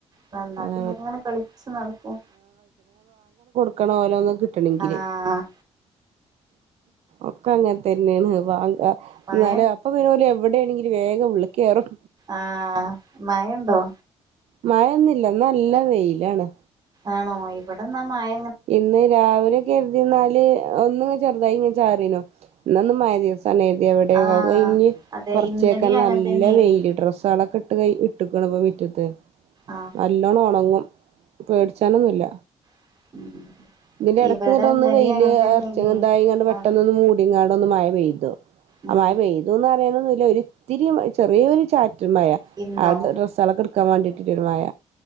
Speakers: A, on the right; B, on the right.
A: വന്നാ
B: അത
A: പിന്നെ അങ്ങനെ കളിച്ച് നടക്കും
B: കാരണം ഓലെന്ന് കിട്ടണെങ്കില്
A: ആഹ്
B: ഒക്കെ അങ്ങനെ തന്നെയാണ് വാങ്ക്
A: മഴ
B: എന്നാലെ അപ്പൊ പിന്നെ ഓലെ എവിടെയാണെങ്കിലും വേഗം ഉള്ളിക്ക് കയറും
A: ആ മയണ്ടോ
B: മഴ ഇന്നില്ല ഇന്ന് നല്ല വെയിലാണ്
A: ആണോ ഇവിടെന്നാ മയ
B: ഇന്ന് രാവിലെ കരുതി ന്നാല് ഒന്ന് ഇങ്ങനെ ചെറു ചെറുതായി ഒന്ന് ചാറീന്നു. എന്നാ ഇന്ന് മഴ ദിവസം ക്കാരെന്ന് കരുതി. എവടെ
A: ആഹ്
B: അതൊക്ക കഴിഞ്ഞ്
A: അതെ
B: കുറച്ചേയ്
A: ഇന്നലിം
B: യ്‌ക്കന്നെ
A: അങ്ങനെ
B: നല്ല
A: തന്നേനി
B: വെയില് ഡ്രസ്സുകളൊക്കെ ഇട്ട് ഇട്ട്ക്കാണ് ഇപ്പൊ മിറ്റത്ത്
A: ആഹ്
B: നല്ലോണം ഉണങ്ങും പേടിച്ചാനൊന്നുല്ല
A: <inaudible>
B: ഇതിന്റെ ഇടക്ക്ന്നിട്ട്
A: ഇവിടെ ഇന്നലിം
B: ഒന്ന് വെയില്
A: അങ്ങനെ തന്നേനി
B: എറിച്ച് എന്തായി ഇങ്ങട്ട് പെട്ടെന്ന്
A: ആഹ്
B: ഒന്ന് മൂടിങ്ങാണ്ടൊന്ന് മഴ പെയ്തു
A: ഉം
B: ആ മഴ പെയ്തൂന്ന് പറയാനൊന്നുംല്ല ഒരിത്തിരി ചെറിയൊരു ചാറ്റൽ റ്റൽ മയ.
A: ഇന്നോ
B: അവ്ട്ള്ള ഡ്രസ്സുകളൊക്കെ എടുക്കാൻ വേണ്ടിട്ട് ഉള്ളൊരു മയ